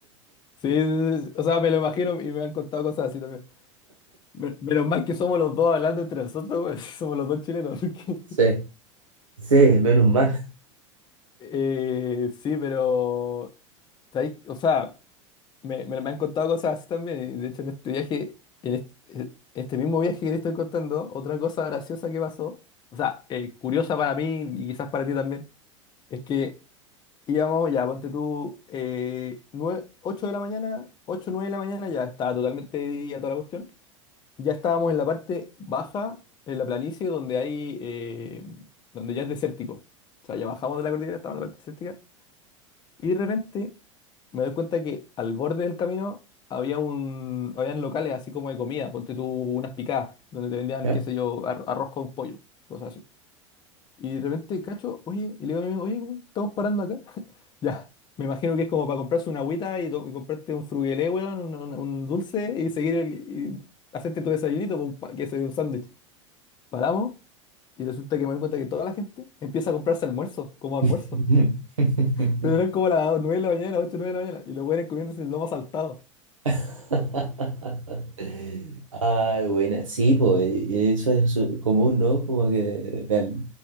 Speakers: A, on the left; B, on the right.
A: Sí, sí, sí. sí. O sea, me lo imagino y me han contado cosas así también. Me- Menos mal que somos los dos hablando entre nosotros, güey. <laughs> Somos los dos chilenos. porque-
B: Sí, sí, menos mal.
A: Eh, sí, pero... ¿sabéis? O sea, me, me, me han contado cosas así también. Y de hecho, en este viaje, en este, este mismo viaje que te estoy contando, otra cosa graciosa que pasó, o sea, eh, curiosa para mí y quizás para ti también, es que Íbamos, ya, ponte tú, eh, nueve- 8 de la mañana, 8 9 de la mañana, ya estaba totalmente de día toda la cuestión. Ya estábamos en la parte baja, en la planicie, donde hay, eh, donde ya es desértico. O sea, ya bajamos de la cordillera, estábamos en la parte desértica. Y de repente me doy cuenta que al borde del camino había un, habían locales así como de comida, ponte tú unas picadas, donde te vendían,
B: ¿Ya?
A: qué sé yo, ar- arroz con pollo, cosas así. Y de repente cacho, oye, y le digo a mi amigo, oye, weón, estamos parando acá. <laughs> Ya, me imagino que es como para comprarse una agüita y, to- y comprarte un frugelé, weón, un, un- un dulce y seguir el, y hacerte tu desayunito, con pa- que sea un sándwich. Paramos y resulta que me doy cuenta que toda la gente empieza a comprarse almuerzos, como almuerzo.
B: <laughs>
A: <laughs> Pero eran como las 9 de la mañana, 8 9 de la mañana, y los güeyes comiéndose el lomo saltado.
B: <laughs> Ah, buena. Sí, pues eso es su- común, ¿no? Como que de, al-